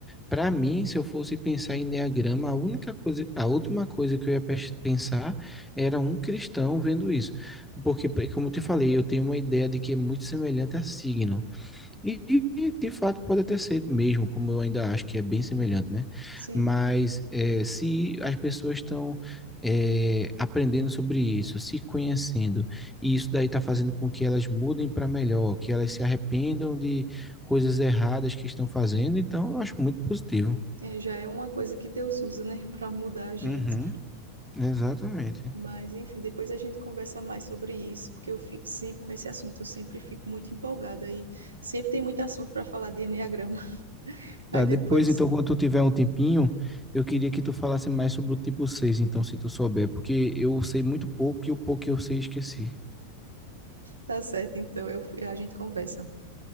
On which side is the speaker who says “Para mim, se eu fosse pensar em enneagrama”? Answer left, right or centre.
Centre